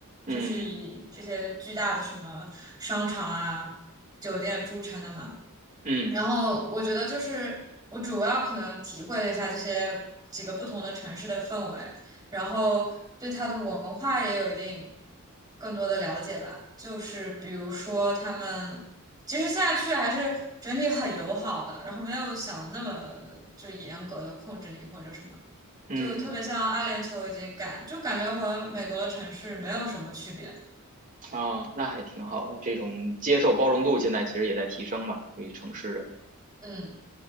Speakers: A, on the right; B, on the right.
A: 嗯
B: 就是以这些巨大的什么商场啊、酒店著称的嘛。
A: 嗯嗯。
B: 然后我觉得就是我主要可能体会了一下这些几个不同的城市的氛围，然后对它的文化也有一定更多的了解吧。就是比如说他们，其实现在去还是整体很友好的，然后没有想的那么就严格的控制你或者什么。
A: 嗯
B: 就特别像阿联酋已经感就感觉和美国的城市没有什么区别。
A: 啊，那还挺好的，这种接受包容度现在其实也在提升吧，对于城市人
B: 嗯，